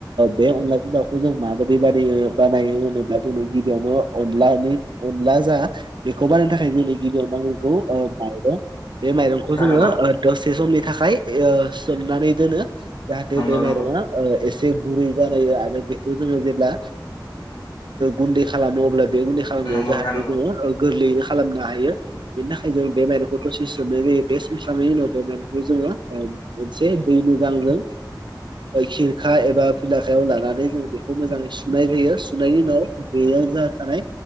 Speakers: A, on the right (about 70°); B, on the left (about 65°).
A: बे अनलाजों दाखौ जों माबाददि बानाय बानायो होनोब्ला जोंनो गिबियावनो अनलानि उलला जा बेखौ बानायनो थाखाय जोंनो गिबियावनो नांगगौ माइरं बे माइरंखौ जोङो
B: नंगौ
A: दसे समनि थाखाय सोमनानै दोनो जाहाथे
B: नंगौ
A: बेमाइरङा
B: नोंथां नंगौ
A: एसे गुरै जानाय आरो बेखौ जोङो जेब्ला गुन्दै खालामो अब्ला बे गुन्दै खालाम खालामनाया
B: नंगौ
A: जाहाथे
B: नंगौ
A: जोङो गोरलैयैनो खालामनो हायो बेनि थाखाय जों बे माइरंखौ दसे बे सोमखनायनि उनाव बे नखौ जोङो मोनसे दै मोजांजों खिरखा एबा फिलाखायाव लानानै जों बेखौ मोजाङै सुनाय जायो सुनायनि उनाव बेयाव जा थानाय